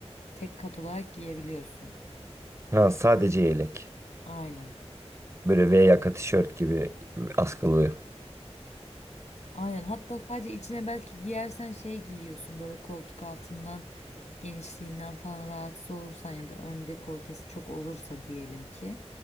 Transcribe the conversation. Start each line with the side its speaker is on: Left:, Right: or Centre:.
Left: tek kat olarak giyebiliyorsun.
Right: Ha sadece yelek.
Left: Aynen.
Right: Böyle V yaka tişört gibi askılı.
Left: Aynen. Hatta sadece içine belki giyersen şey giyiyorsun böyle koltuk altından genişliğinden falan rahatsız olursan ya da ön dekoltesi çok olursa diyelim ki